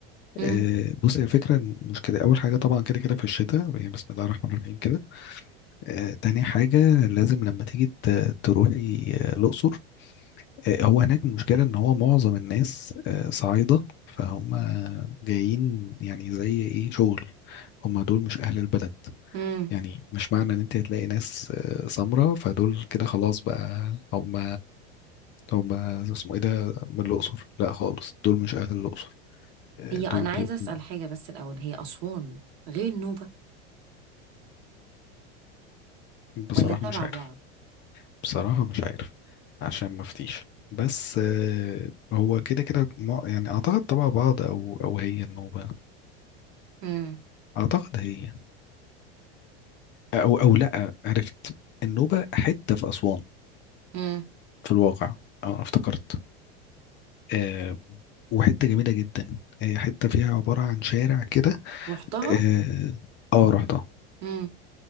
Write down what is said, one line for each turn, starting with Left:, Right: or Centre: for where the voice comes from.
Right: امم
Left: آه، بص هي الفكرة مش كده أول حاجة طبعا كده كده في الشتاء يعني بسم الله الرحمن الرحيم كده آه، تاني حاجة لازم لما تيجي ت- تروحي آه، الأقصر آه، هو هناك المشكلة إن هو معظم الناس آه، صعايدة فهم جايين يعني زي إيه شغل هم دول مش أهل البلد
Right: امم
Left: يعني مش معنى إن أنت هتلاقي ناس آه، سمرة فدول كده خلاص بقى هم هم اسمه إيه ده من الأقصر لا خالص دول مش أهل الأقصر آه،
Right: هي
Left: دول
Right: انا
Left: بيبقوا
Right: عايزه اسال حاجه بس الاول هي اسوان غير النوبه
Left: بصراحة
Right: ولا تبع
Left: مش عارف
Right: بعض
Left: بصراحة مش عارف عشان ما افتيش بس آه، هو كده كده ما- يعني اعتقد تبع بعض او او هي النوبة
Right: مم.
Left: اعتقد هي او او لا عرفت النوبة حتة في اسوان
Right: مم.
Left: في الواقع اه افتكرت آه، وحتة جميلة جدا هي حتة فيها عبارة عن شارع كده
Right: رحتها
Left: اه آه، رحتها
Right: مم.